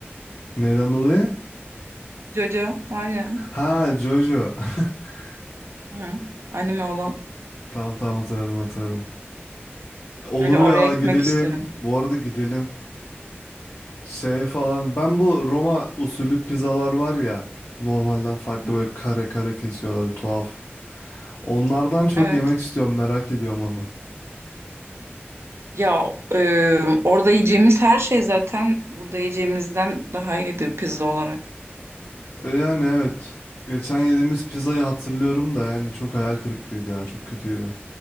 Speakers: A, on the left; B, on the right.
A: Neyden dolayı?
B: <laughs> Jojo var ya.
A: Ha Jojo. <laughs>
B: Hı. Anime olan.
A: Tamam tamam hatırladım hatırladım. Olur
B: Öyle oraya
A: ya
B: gitmek
A: gidelim.
B: isterim.
A: Bu arada gidelim. Şey falan. Ben bu Roma usulü pizzalar var ya. Normalden farklı
B: Hı hı.
A: böyle kare kare kesiyorlar. Tuhaf. Onlardan çok
B: Evet.
A: yemek istiyorum. Merak ediyorum onu.
B: Ya e, orada yiyeceğimiz her şey zaten burada yiyeceğimizden daha iyidir pizza olarak.
A: E, Yani evet. Geçen yediğimiz pizzayı hatırlıyorum da yani çok hayal kırıklığıydı ya. Çok kötüydü.